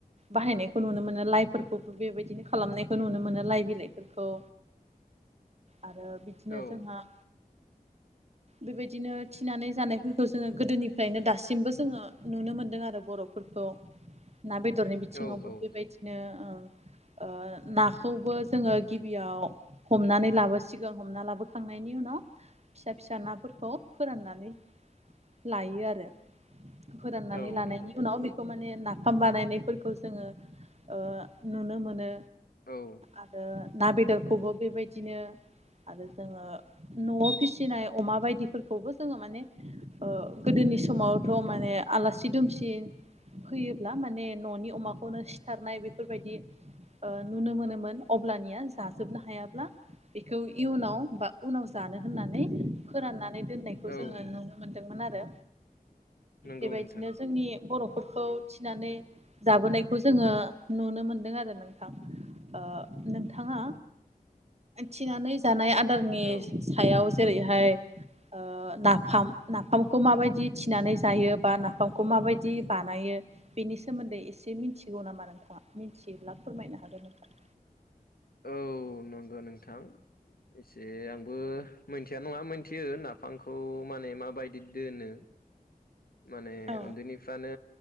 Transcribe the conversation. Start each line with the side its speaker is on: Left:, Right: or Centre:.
Right: बाहायनायखौ नुनो मोनो लाइफोरखौबो बेबायदिनो खालामनायखौ नुनो मोनो लाइ बिलाइफोरखौ आरो बिदिनो
Left: औ
Right: जोंहा बेबायदिनो थिनानै जानायफोरखौ जोङो गोदोनिफ्रायनो दासिमबो जोङो नुनो मोनदों आरो बर' फोरफोरखौ ना बेदरनि बिथिङावबो
Left: औ औ
Right: बेबायदिनो ओ नाखौबो जोङो गिबियाव हमनानै लाबोसिगोन हमना लाबोखांनायनि उनाव फिसा फिसा नाफोरखौ फोराननानै लायो आरो फोराननानै
Left: औ
Right: लानायनि
Left: नंगौ
Right: उनाव बेखौ माने नाफाम बानायनाय फोरफोरखौ जोङो ओ नुनो मोनो
Left: औ
Right: आरो ना बेदरखौबो बेबायदिनो आरो जोङो न'आव फिसिनाय अमा बायदिफोरखौबो जोङो माने ओ गोदोनि समावथ' माने आलासि दुमसि फैयोब्ला माने न'नि अमाखौनो सिथारनाय बेफोरबायदि ओ नुनो मोनोमोन अब्लानिया जाजोबनो हायाब्ला बेखौ इयुनाव बा उनाव जानो होननानै फोराननानै दोननायखौ
Left: औ
Right: जोङो नुनो मोनदोंमोन आरो
Left: नंगौ
Right: बेबायदिनो
Left: नोंथां
Right: जोंनि बर'फोरखौ थिनानै जाबोनायखौ जोङो नुनो मोनदों आरो नोंथां। ओ नोंथाङा थिनानै जानाय आदारनि
Left: औ
Right: सायाव जेरैहाय ओ नाफाम नाफामखौ माबायदि थिनानै जायो बा नाफामखौ माबायदि बानायो बेनि सोमोन्दै एसे मिथिगौ नामा नोंथाङा मिथियोब्ला फोरमायनो हागोन नोंथां
Left: औ नंगौ नोंथां एसे आंबो मोनथिया नङा मोनथियो नाफामखौ माने माबायदि दोनो माने
Right: औ
Left: उन्दैनि फानो